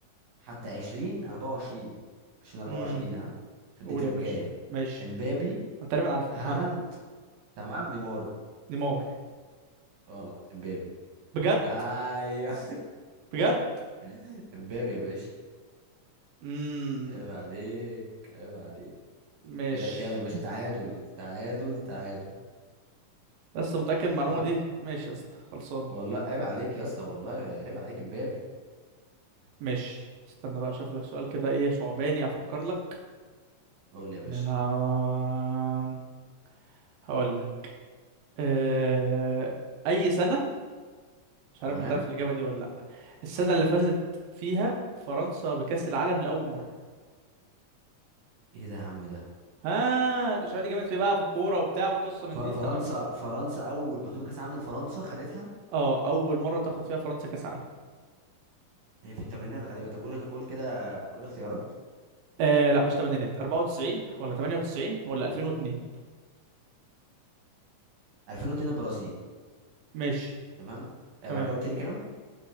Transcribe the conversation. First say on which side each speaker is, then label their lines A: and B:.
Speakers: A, on the right; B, on the right.
A: حتى 20 24 20
B: امم
A: 24 ها عشان
B: قول
A: دي تركايه
B: يا باشا ماشي
A: امبابي
B: انا تقريبا عارفه
A: هالاند
B: ها
A: تمام نيمار
B: نيمار
A: غلط امبابي
B: بجد
A: ايوه
B: بجد
A: <laughs> امبابي يا باشا
B: امم
A: عيب عليك عيب عليك
B: ماشي
A: كده كام يا باشا تعادل تعادل تعادل
B: لسه متأكد من المعلومة
A: تمام
B: دي ماشي يا اسطى خلصانة
A: والله عيب عليك يا اسطى والله عيب عليك امبابي
B: ماشي استنى بقى اشوف لك سؤال كده ايه صعباني افكر لك
A: قول لي يا باشا
B: آه... هقول لك آه... اي سنة مش عارف
A: تمام
B: انت هتعرف الاجابة دي ولا لا السنة اللي فازت فيها فرنسا بكأس العالم لأول مرة
A: ايه ده يا عم ده
B: ها انت مش عارف جامد في بقى في الكورة وبتاع وقصة من
A: ف- فرنسا
B: دي انت فاهم
A: فرنسا اول بطوله كاس عالم لفرنسا خدتها
B: اه اول مرة تاخد فيها فرنسا كأس عالم
A: هي في الثمانينات غالبا طب قول قول كده قول اختيارات
B: آه لا مش تمانينات 94 ولا 98 ولا 2002
A: 2002 البرازيل
B: ماشي
A: تمام
B: تمام
A: آه، بعد كده قلت لي كام